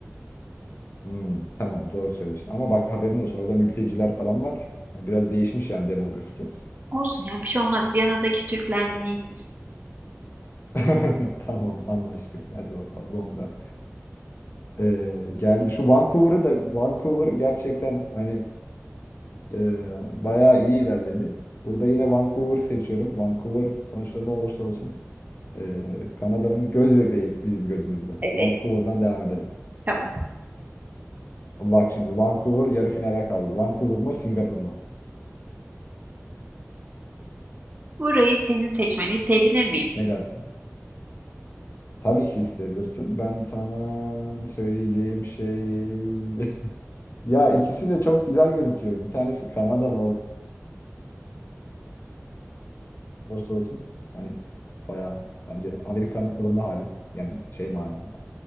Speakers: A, on the left; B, on the right.
A: Hmm, tamam doğru söylüyorsun. Ama bak haberin olsun orada mülteciler falan var. Biraz değişmiş yani demografik yapısı.
B: Olsun ya bir şey olmaz. Viyana'daki Türklerden iyidir.
A: <laughs> Tamam anlaştık. Hadi bakalım Londra. Ee, geldi. Şu Vancouver'ı da Vancouver gerçekten hani e, bayağı iyi ilerledi. Burada yine Vancouver'ı seçiyorum. Vancouver sonuçta ne olursa olsun e, Kanada'nın göz bebeği bizim gözümüzde.
B: Evet.
A: Vancouver'dan devam edelim.
B: Tamam.
A: Bak şimdi Vancouver yarı finale kaldı. Vancouver mu Singapur mu?
B: Burayı senin seçmeni sevebilir miyim?
A: Ne dersin? Tabii ki isteyebilirsin. Ben sana söyleyeceğim şey... <laughs> Ya ikisi de çok güzel gözüküyor. Bir tanesi Kanada'nın olursa olsun hani bayağı bence Amerika'nın ılımlı hali yani şey manada